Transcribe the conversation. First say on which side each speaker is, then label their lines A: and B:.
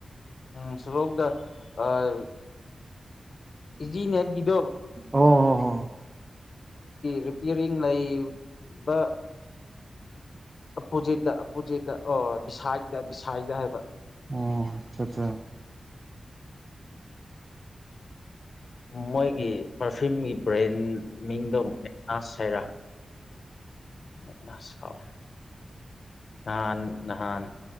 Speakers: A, on the left; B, on the right.
A: ꯎꯝ ꯁ꯭ꯔꯣꯛꯗ ꯑꯥ ꯏꯖꯤ ꯅꯦꯠ ꯒꯤꯗꯣ
B: ꯑꯣ ꯍꯣ ꯍꯣ
A: ꯔꯤꯄꯤꯌꯔꯤꯡ ꯂꯩ ꯕ ꯑꯄꯣꯖꯤꯠꯇ ꯑꯄꯣꯖꯤꯠꯇ ꯑꯣ ꯕꯤꯁꯥꯏꯗ ꯕꯤꯁꯥꯏꯗ ꯍꯥꯏꯕ
B: ꯑꯣ ꯑꯆꯥ ꯑꯆꯥ
A: ꯃꯣꯏꯒꯤ ꯄꯥꯔꯐꯤꯌꯨꯝꯒꯤ ꯕ꯭ꯔꯦꯟ ꯃꯤꯡꯗꯣ ꯃꯦꯅꯥꯁ ꯍꯩꯔꯥ ꯥꯃꯤꯠꯃꯁ ꯀꯧꯋꯦ ꯅꯍꯥꯟ ꯅꯍꯥꯟ